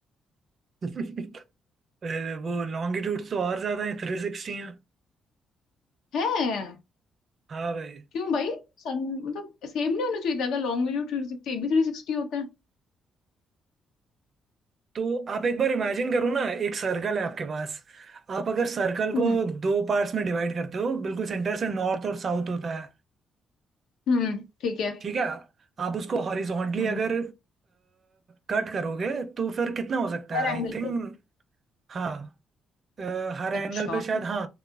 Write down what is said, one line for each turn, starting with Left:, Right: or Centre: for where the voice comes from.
Right: भाई <laughs> अरे, वो लॉन्गिट्यूड तो और ज्यादा है थ्री सिक्सटी है
Left: है
Right: हाँ भाई
Left: क्यों भाई सन मतलब सेम नहीं होना चाहिए था अगर लॉन्ग वीडियो थ्री सिक्सटी एक भी थ्री सिक्सटी होता है
Right: तो आप एक बार इमेजिन करो ना एक सर्कल है आपके पास आप अगर सर्कल
Left: हम्म
Right: को दो पार्ट्स में डिवाइड करते हो बिल्कुल सेंटर से नॉर्थ और साउथ होता है
Left: हम्म ठीक है
Right: ठीक है आप उसको हॉरिजॉन्टली
Left: हम्म
Right: अगर कट करोगे तो फिर कितना हो सकता
Left: हर
Right: है आई
Left: एंगल
Right: थिंक
Left: पे
Right: हाँ अ, हर एंगल
Left: अच्छा
Right: पे शायद हाँ